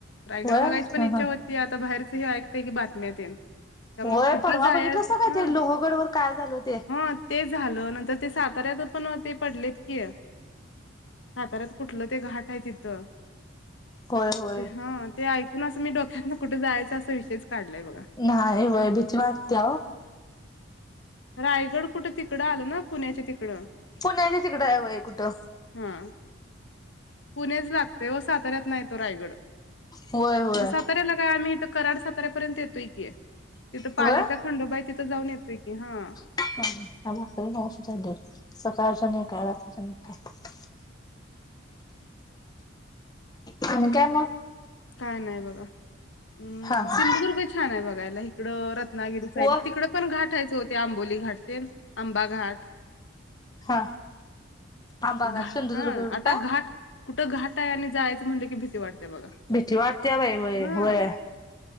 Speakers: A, on the left; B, on the left.
A: रायगड
B: होय
A: बघायची
B: हा
A: पण इच्छा
B: हा.
A: हो ती आता बाहेरच हे ऐकताय की बातम्या तेन तर
B: होय
A: मग कुठं
B: परवा
A: जायचं
B: बघितलंसा काय ते
A: हा
B: लोहगडवर काय झालं ते?
A: मत ते झालं नंतर ते साताऱ्यात पण ते पडलेत कीय साताऱ्यात कुठलं ते घाट आहे तिथं
B: होय होय.
A: ते हा ते ऐक कून असं मी डोक्यातंन कुठे जायचं असं विषयच काढलाय बघा.
B: नाही व्हय भीती वाटत्या ओ.
A: रायगड कुठं तिकडं आलं ना पुण्याच्या तिकडं?
B: पुण्याच्या तिकडं आहे व्हय कुठं.
A: हा पुणेच लागते ओ साताऱ्यात नाही तो रायगड
B: होय होय
A: म साताऱ्याला काय आम्ही इथं कराड सातऱ्यापर्यंत येतोय की तिथं पालीचा
B: होय.
A: खंडोबा हाय तिथं जाऊन येतोय की हा.
B: <inaudible> लागतोय <unintelligible> सकाळच्या नाही काय रात्रीच्या नाही काय. आणि काय मग?
A: काय नाय बघा. उम्म
B: हा हा
A: सिंधुदुर्ग छान आहे बघायला इकडं रत्नागिरी साईड
B: वर
A: तिकडं पण घाट आहेच हो ते आंबोली घाट तेन आंबा घाट
B: हा आंबा
A: घा
B: घाट सिंधुदुर्ग
A: हा आता
B: <unintelligible> का?
A: घाट कुठं घाट आहे आणि जायचं म्हटलं की भीती वाटतेय बघा
B: भीती वाटते बाई होय
A: हा.
B: होय